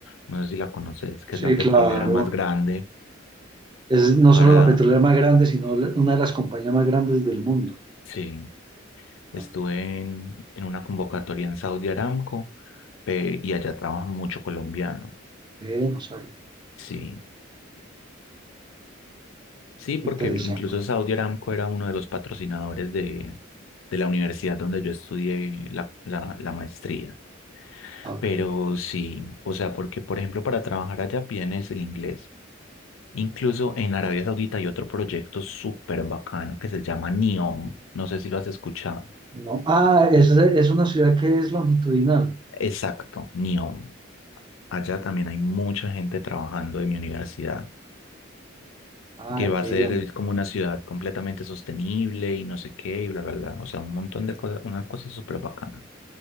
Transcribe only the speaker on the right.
Sí,
claro.
Es no
solo la petrolera más grande, sino la- una de las compañías más grandes del mundo.
Ah,
Bien, no sabía.
Interesante.
Ah, ok.
ok.
No. Ah, es, es una ciudad que es longitudinal.
Sí.
Ah,
qué
bien.